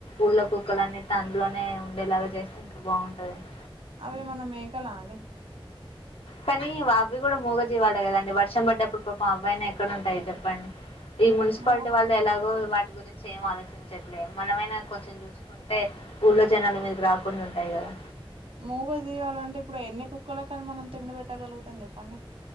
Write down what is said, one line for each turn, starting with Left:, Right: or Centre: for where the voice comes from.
Left: ఊళ్ళో కుక్కలు అన్ని అందులోనే ఉండేలాగా చేస్తే ఇంకా బాగుంటాది ఏమో
Right: అవి ఏమన్నా మేకలా అండి
Left: కానీ అవ్వి కూడా మూగజీవాలే కదండి వర్షం పడ్డప్పుడు పాపం అవ్వాయినా ఎక్కడ ఉంటాయి చెప్పండి ఈ మున్సిపాలిటీ
Right: మూగ
Left: వాళ్ళు ఎలాగో వాటి గురించి ఏం ఆలోచించట్లేదు మనమైనా కొంచెం చూసుకుంటే ఊళ్ళో జనాలు మీదకి రాకుండా ఉంటాయి కదా
Right: మూగ జీవాలంటే ఇప్పుడు ఎన్ని కుక్కల కానీ మనం తిండి పెట్టగలుగుతాం చెప్పండి